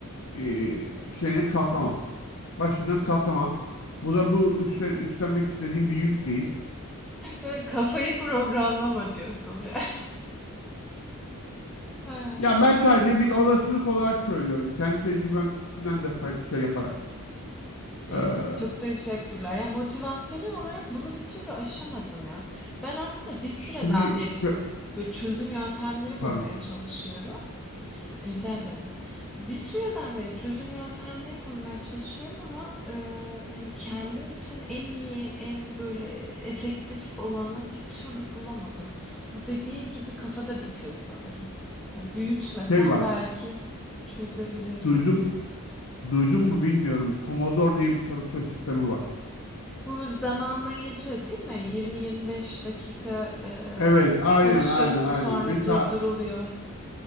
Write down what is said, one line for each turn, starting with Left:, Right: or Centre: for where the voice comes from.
Left: e, şeyine kalkamam. Başından kalkamam. Bu da bu üstten, üstlenmek istediğim bir yük değil.
Centre: Eee, kafayı programlama diyorsun ya. <laughs> He.
Left: Ya ben sadece bir olasılık olarak söylüyorum. Kendi tecrübemden de fay- şey yaparak. Ee,
Centre: Eee, çok teşekkürler. Ya, motivasyonu olarak bunu bir türlü aşamadım ya. Ben aslında bir süreden
Left: şimdi
Centre: beri
Left: şu,
Centre: böyle çözüm yöntemleri
Left: pardon,
Centre: bulmaya çalışıyorum. Rica ederim. Bir süreden beri çözüm yöntemleri bulmaya çalışıyorum ama eee, hani kendim için en iyi, en böyle efektif olanı bir türlü bulamadım. O dediğin gibi kafada bitiyor sanırım. Yani büyütmesem
Left: şey var.
Centre: belki çözebilirdim.
Left: Duydum, duydum mu bilmiyorum. Pomodoro diye bir çalışma sistemi var.
Centre: Bu zamanlayıcı değil mi? 20-25 dakika e,
Left: Evet, aynen
Centre: çalışıyorsun
Left: aynen aynen.
Centre: sonra
Left: Mesela
Centre: durduruluyor.